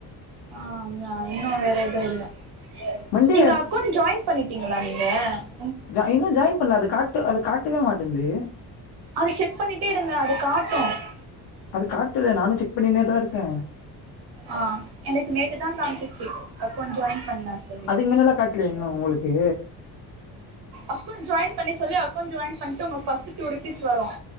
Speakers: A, on the right; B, on the left.
A: ஆஹ் ஆ இன்னும் வேற ஏதும் இல்லை
B: மண்டே
A: நீங்க அக்கௌண்ட் ஜாயின் பண்ணிட்டீங்களா க <inaudible>
B: ஜாய் இன்னும் ஜாயின் பண்ணல அது காட்டு அது காட்டவே மாட்டேன்து
A: அது செக் பண்ணிட்டே இருங்க அது காட்டு ட்டும் <unintelligible>
B: அது காட்டுதே நானும் செக் பண்ணினேதான் இருக்கேன்
A: ஆஹ் எனக்கு நேத்து தான் காமிச்சுச்சு அக்கவுண்ட் ஜாயின் பண்ணலான்டு
B: அதுக்கு மின்னல்லா காட்டல இன்னு உங்களுக்கு
A: அக்கவுண்ட் ஜாயின் பண்ணி சொல்லி அக்கவுண்ட் ஜாயின் பண்ணிட்டு ஃபஸ்ட் டூ ருபீஸ் வரும்